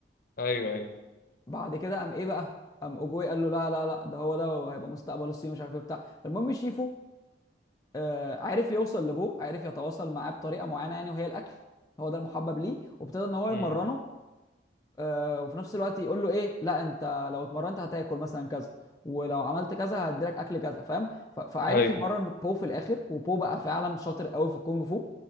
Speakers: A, on the left; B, on the left.
A: ايوه ايوه
B: بعد كده قام ايه بقى قام اوجواي قال له لا لا لا ده هو ده وهيبقى مستقبل الصين مش عارف ايه بتاع المهم شيفو آه عرف يوصل لابوه عرف يتواصل معاه بطريقه معينه يعني وهي الاكل هو ده المحبب ليه وابتدى ان هو
A: امم
B: يمرنه آه، وفي نفس الوقت يقول له ايه لا انت لو اتمرنت هتاكل مثلا كذا ولو عملت كذا هديلك اكل كذا فاهم ف- فعارف
A: ايوه
B: يمرن بو في الاخر وبو بقى فعلا شاطر قوي في الكونج فو